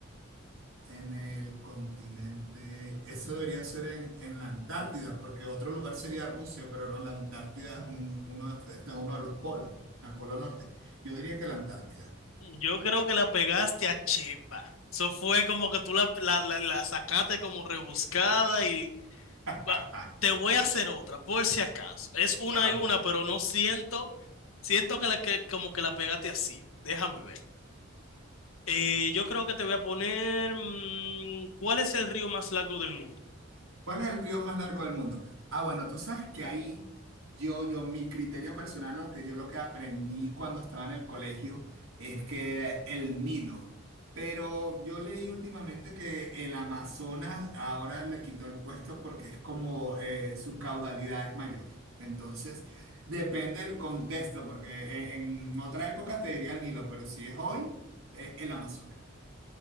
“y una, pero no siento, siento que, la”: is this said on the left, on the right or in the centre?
Left